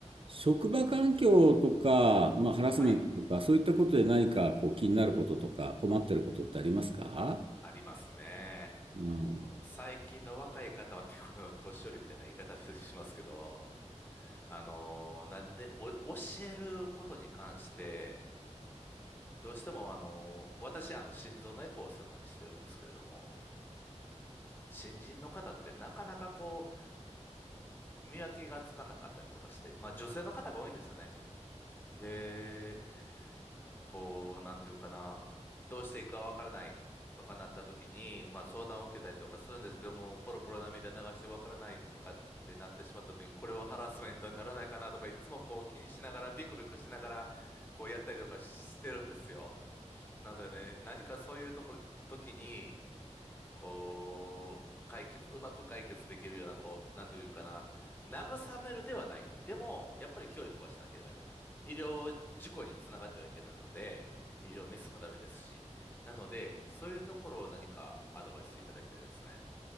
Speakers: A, on the right (about 50°); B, on the left (about 15°).
A: 職場環境とか、まあ、ハラスメントとか、
B: はい、
A: そういったことで何かこう気になることとか困ってることってありますか
B: ありますね。
A: うん。
B: もう最近の若い方はってこの年寄りみたいな言い方しますけど、あのーなんで、お、教えることに関して、どうしてもあのー私、あの、心臓のエコーを専門にしてるんですけれども、新人の方ってなかなかこう、見分けがつかなかったりとかして、まあ女性の方が多いんですよね。で、こう、なんていうかな、どうしていいかわからないとかなった時に、まあ相談を受けたりとかするんですけども、ポロポロ涙流してわからないとかってなってしまった時に、これはハラスメントにならないかなとか、いつもこう気にしながら、ビクビクしながら、こうやったりとかしてるんですよ。なのでね、何かそういうところ、時に、こう、解決、うまく解決できるような、こう、なんていうかな、慰めるではない。でも、やっぱり教育はしなければいけない。医療事故につながってはいけないので、医療ミスもダメですし。なので、そういうところを何かアドバイスいただきたいですね。